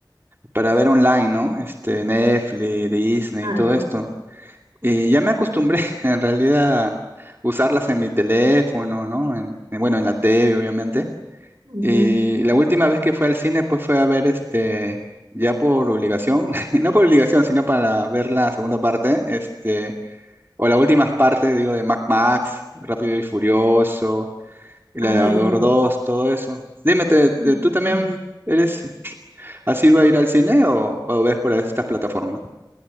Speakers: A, on the right; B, on the right.
A: para ver online, ¿no? Este, Netflix, Disney
B: Ah,
A: y todo
B: ya.
A: esto. Y ya me acostumbré, <laughs> en realidad, a usarlas en mi teléfono, ¿no? En, en- bueno, en la TV, obviamente
B: Ujú.
A: Y la última vez que fue al cine, pues fue a ver este, ya por obligación, <laughs> no por obligación, sino para ver la segunda parte, este, o las últimas partes, digo, de Mad Max, Rápido y Furioso, Gladiador
B: Ah, ya.
A: dos todo eso. Dime, ¿te- te-
B: Sí,
A: tú también
B: sí.
A: eres así va a ir al cine o, o ves por estas plataformas?